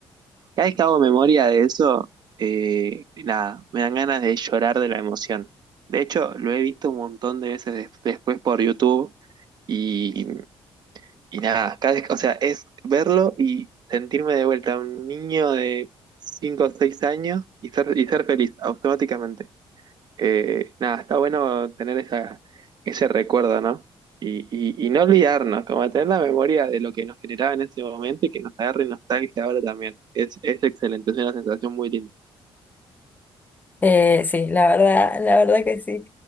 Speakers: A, on the right; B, on the left.
A: Cada vez que hago memoria de eso, eh, nada, me dan ganas de llorar de la emoción. De hecho, lo he visto un montón de veces des- después por YouTube y, y nada, cada vez, o sea, es verlo y sentirme de vuelta un niño de 5 o 6 años y ser, y ser feliz automáticamente. Eh, nada, está bueno tener esa, ese recuerdo, ¿no? Y, y- y no olvidarnos, como tener la memoria de lo que nos generaba en ese momento y que nos agarre nostalgia ahora también. Es, es excelente, es una sensación muy linda.
B: Eh, sí, la verdad, la verdad que sí.